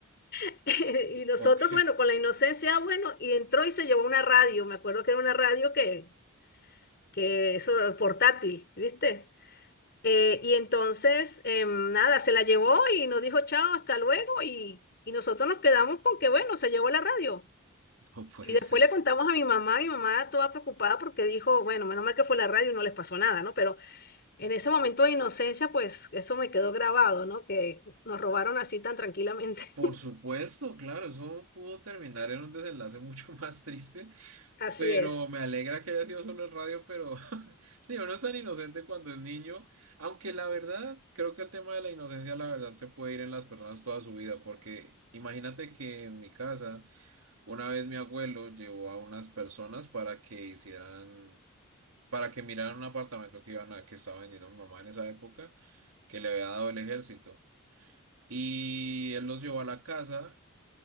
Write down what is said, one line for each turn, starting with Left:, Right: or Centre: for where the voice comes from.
Left: <laughs> Y nosotros,
Right: ok,
Left: bueno, con la inocencia, bueno, y entró y se llevó una radio, me acuerdo que era una radio que, que eso era portátil, ¿viste? Eh, y entonces, em, nada, se la llevó y nos dijo chao, hasta luego, y, y nosotros nos quedamos con que, bueno, se llevó la radio.
Right: <laughs> no puede
Left: Y después
Right: ser.
Left: le contamos a mi mamá, mi mamá toda preocupada porque dijo, bueno, menos mal que fue la radio y no les pasó nada, ¿no? Pero en ese momento de inocencia, pues eso me quedó grabado, ¿no? Que nos robaron así tan tranquilamente.
Right: Por supuesto, claro, eso pudo terminar en un desenlace <laughs> mucho más triste,
Left: <laughs> Así
Right: pero
Left: es.
Right: me alegra que haya sido solo el radio, pero <laughs> sí, uno es tan inocente cuando es niño, aunque la verdad, creo que el tema de la inocencia, la verdad, se puede ir en las personas toda su vida, porque imagínate que en mi casa... Una vez mi abuelo llevó a unas personas para que hicieran, para que miraran un apartamento que iban a, que estaba vendiendo mi mamá en esa época, que le había dado el ejército. Y él los llevó a la casa